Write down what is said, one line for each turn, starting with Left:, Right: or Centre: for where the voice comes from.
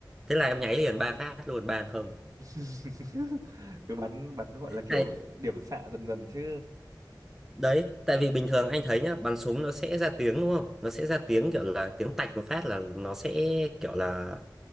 Centre: thế là em nháy liền ba phát luôn ba không
Right: <laughs> cứ bắn bắn gọi là kiểu
Centre: hay
Right: điểm xạ dần dần chứ
Centre: đấy tại vì bình thường anh thấy nhá bắn súng nó sẽ ra tiếng đúng không nó sẽ ra tiếng kiểu là tiếng tạch một phát là nó sẽ kiểu là